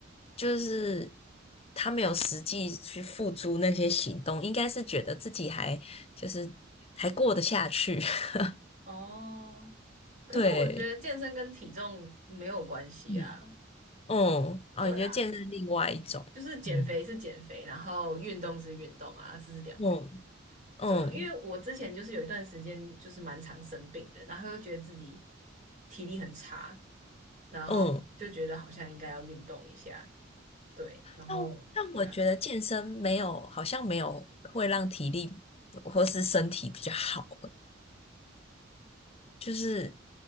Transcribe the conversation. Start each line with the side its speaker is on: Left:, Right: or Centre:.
Left: 就是他没有实际去付诸那些行动，应该是觉得自己还就是还过得下去，<laughs>
Right: 哦，可是我觉得健身跟体重没有关系啊。
Left: 对，嗯嗯，哦，
Right: 对啊，
Left: 你觉得健身另外一种，
Right: 就是减肥是减肥，
Left: 嗯
Right: 然后运动是运动啊，这是两回事。
Left: 嗯嗯
Right: 对啊因为我之前就是有一段时间就是蛮常生病的，然后又觉得自己体力很差，然后就觉得好像应该要运动一下，
Left: 嗯。
Right: 对，然后对啊，
Left: 但但我觉得健身没有，好像没有会让体力或是身体比较好，就是